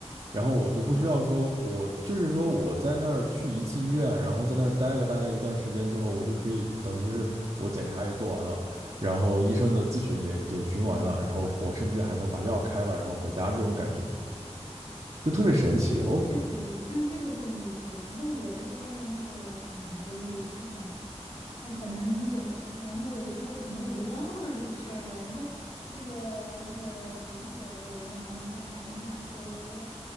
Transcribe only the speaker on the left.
那这个确实，那这个确实是的，就是我的这边儿的那个检查结果也是等，要等很久，然后有的时候可能我都忘了这个事儿了，然后那个那个诊所的人，然后给我打电话说，哎，